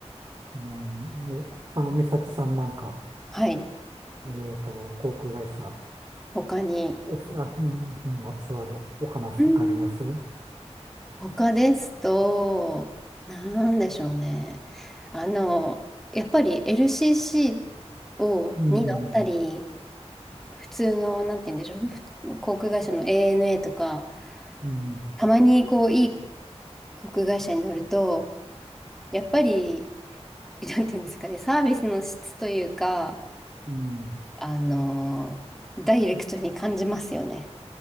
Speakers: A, on the right; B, in the centre.
A: うんおまあ、美咲さんなんか、
B: はい。
A: えっと、航空会社、
B: 他に。
A: おす、あ、うん、にまつわるお話とかありますう
B: うん他ですと、なんでしょうね。あの、やっぱり LCC を、
A: ん、
B: に乗ったり、普通の、なんて言うんでしょう、ふ航空会社の ANA とか、
A: うん、
B: たまにこう、いい航空会社に乗ると、やっぱり、<laughs> なんていうんですかね、サービスの質というか、
A: うん。
B: あのーダイレクトに感じますよね。